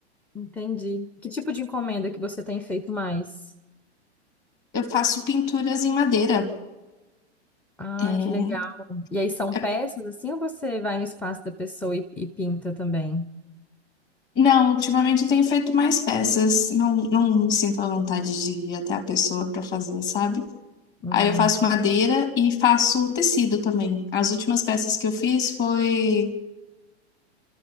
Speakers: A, in the centre; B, on the left (about 30°).
A: entendi. Que tipo de encomenda que você tem feito mais?
B: Eu faço pinturas em madeira.
A: Ai,
B: É,
A: que legal. E aí são
B: é-
A: peças assim ou você vai no espaço da pessoa e, e pinta também?
B: Não, ultimamente eu tenho feito mais peças, não, não me sinto à vontade de ir até a pessoa pra fazer, sabe?
A: Hum.
B: Aí eu faço madeira e faço tecido também. As últimas peças que eu fiz foi